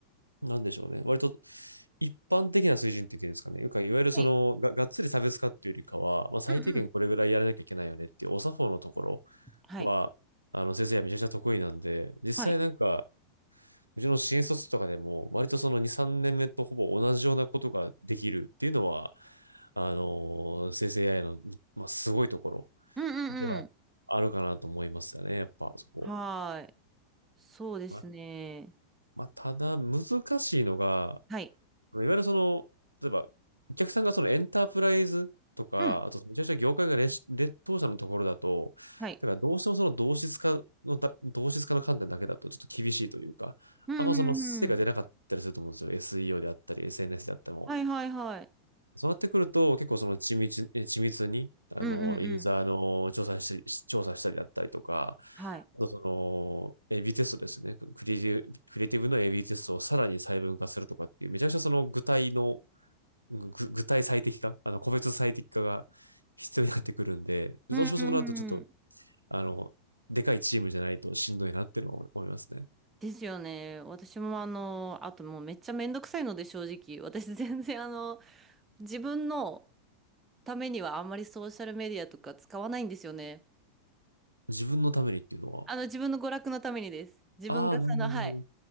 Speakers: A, on the right (about 85°); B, on the right (about 20°).
A: なんでしょうね。割と、一般的な水準って言っていうんですかね。よくいわゆるその、
B: はい。
A: が、がっつり差別化っていうよりかは、まあ、最低限これぐらいやらなきゃいけないよねっていう、
B: うんうん。
A: お作法のところ。
B: はい。
A: は、あの、先生はめちゃくちゃ得意なんで、実際なんか、
B: はい。
A: うちの新卒とかでも、割とその2、3年目とほぼ同じようなことができるっていうのは、あの、生成 AI の、まあ、すごいところ
B: うんうんうん。
A: ではあるかなと思いますよね、やっぱそこ。
B: はーい。そうですね。
A: ま、まあ、ただ難しいのが、
B: はい。
A: いわゆるその、例えば、お客さんがそのエンタープライズとか、
B: うん。
A: あとめちゃくちゃ業界が劣劣等者のところだと、
B: はい。
A: だからどうしてもその同質化のだ、同質化の観点だけだとちょっと厳しいというか、
B: うん、
A: あんまその成果出なかったりすると思うんですよ。
B: うん、うん。
A: SEO であったり、SNS であっても。
B: はいはいはい。
A: そうなってくると、結構その緻密、え緻密に、あの、
B: うん、うん、
A: ユーザーの調査し、
B: うん。
A: 調査したりだったりとか、
B: はい。
A: あとその、AB テストですね。クリエイティブ、クリエイティブの AB テストをさらに細分化するとかっていう、めちゃくちゃその具体の具体最適化、あの、個別最適化が必要になってくるんで、どうしてもそこだとちょっと、
B: うん、うん、うん。
A: あの、でかいチームじゃないとしんどいなっていうのは思いますね。
B: ですよね。私もあの、あともうめっちゃめんどくさいので正直、私 <laughs> 全然あの、自分のためにはあんまりソーシャルメディアとか使わないんですよね。
A: 自分のためにっていうのは。
B: あの、自分の娯楽のためにです。自分がその、
A: ああ、なるほどね
B: はい。